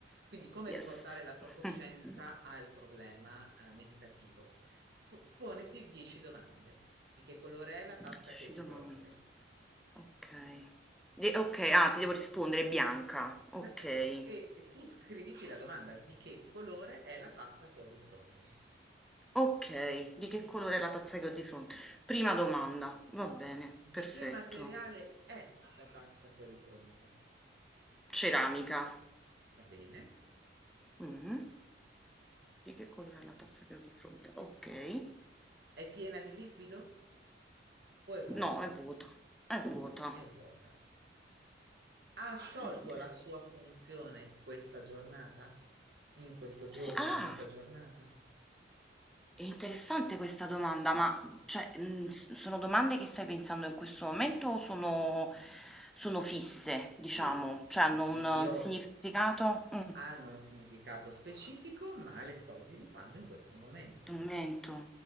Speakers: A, on the right; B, in the centre.
A: Quindi come
B: Yes.
A: riportare la tua coscienza
B: <laughs>
A: al problema eh, meditativo? Po- poniti 10 domande. Di che colore è la tazza
B: Dieci
A: che hai di
B: domande.
A: fronte?
B: Okay. De okay, ah, ti devo rispondere, è bianca. Okay,
A: Perfetto. E, e tu scriviti la domanda di che colore è la tazza che ho di fronte?
B: okay. Di che
A: Di
B: colore è la tazza che ho di fronte? Prima domanda, va
A: Esatto.
B: bene,
A: Di
B: perfetto.
A: che materiale è la tazza che ho di fronte?
B: Ceramica.
A: Va bene.
B: Mh-mh. Di che colore è la tazza che ho di fronte? Okay.
A: È piena di liquido o è vuota?
B: No, è vuota, è vuota.
A: Ok, è vuota. Ha assolto
B: Okay.
A: la sua funzione questa giornata? In questo giorno,
B: Sì, ah,
A: in questa giornata?
B: è interessante questa domanda, ma cioè, mhmm, s sono domande che stai pensando in questo momento o sono sono fisse, diciamo?
A: No,
B: Cioè hanno
A: I-
B: un
A: i-
B: un
A: io
B: significato? Mh,
A: hanno un significato specifico, ma le sto sviluppando in questo momento.
B: commento.